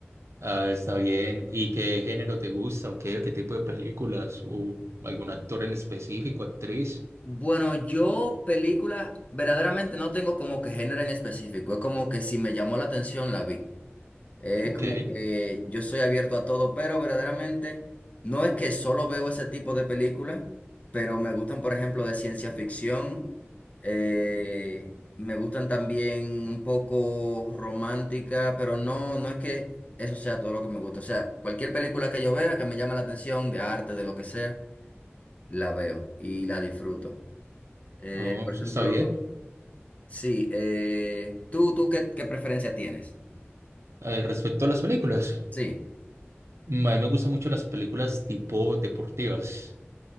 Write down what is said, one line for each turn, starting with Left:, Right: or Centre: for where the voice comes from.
Right: Ah, está bien. ¿Y qué género te gusta o qué, qué tipo de películas? ¿O algún actor en específico, actriz?
Left: Bueno, yo película verdaderamente no tengo como que género en específico. Es como que si me llamó la atención, la vi. Es
Right: Ok,
Left: como que yo soy abierto a todo, pero verdaderamente no es que solo veo ese tipo de películas, pero me gustan, por ejemplo, de ciencia ficción, eh, me gustan también un poco romántica, pero no, no es que eso sea todo lo que me gusta. O sea, cualquier película que yo vea que me llame la atención, de arte, de lo que sea, la veo y la disfruto. Eh,
Right: oh,
Left: por
Right: eso
Left: ejemplo,
Right: está bien.
Left: sí, eh, ¿tú, tú qué, qué preferencia tienes?
Right: Eh, respecto a las películas.
Left: Sí,
Right: Mm, A mí me gustan mucho las películas tipo deportivas.